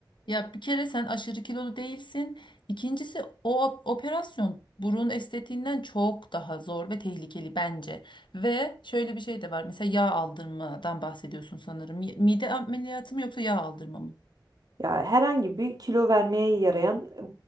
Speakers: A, on the left; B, on the right.
A: Ya bir kere sen aşırı kilolu değilsin. İkincisi o op- operasyon burun estetiğinden çok daha zor ve tehlikeli bence. Ve şöyle bir şey de var. Mesela yağ aldırmadan bahsediyorsun sanırım. Mi- Mide ameliyatı mı yoksa yağ aldırma mı?
B: Ya herhangi bir kilo vermeye yarayan e,